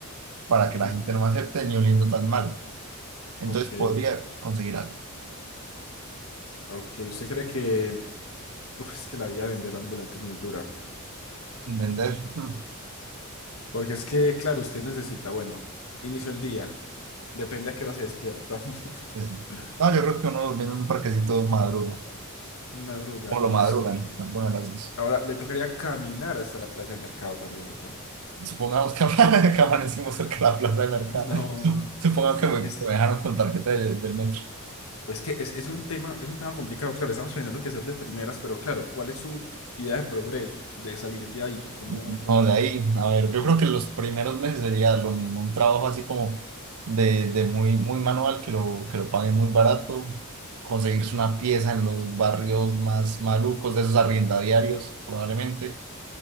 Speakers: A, on the right; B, on the left.
A: para que la
B: ujú,
A: gente no me acepte ni oliendo tan mal. Entonces
B: Ok.
A: podría conseguir algo.
B: Ok. ¿Usted cree que... Uf, es que la vida de vender ambulante es muy dura.
A: Y vender, mm,
B: Porque es que, claro, usted necesita, bueno, inicio el día. Depende a qué hora se despierta también.
A: pues,
B: <laughs>
A: no, yo creo que uno durmiendo en un parquecito madruga,
B: Madruga,
A: o
B: listo.
A: lo madrugan,
B: y
A: bueno, las dos.
B: Ahora le tocaría caminar hasta la plaza de mercado también, le cuento.
A: Supongamos que, <laughs> que amanecimos cerca
B: <laughs>
A: de la plaza de mercado.
B: No,
A: Supongamos que me,
B: es,
A: que me dejaron con tarjeta de- del metro.
B: Es que es, es un tema, es un tema complicado, claro, estamos pensando que hacer de primeras, pero claro, ¿cuál es su idea de progreso, de salir de ahí? ¿Cómo,
A: No, de ahí, a ver, yo creo que los primeros meses sería lo mismo, un trabajo así como de, de muy, muy manual, que lo, que lo paguen muy barato, conseguirse una pieza en los barrios más malucos de esos arriendadiarios, probablemente,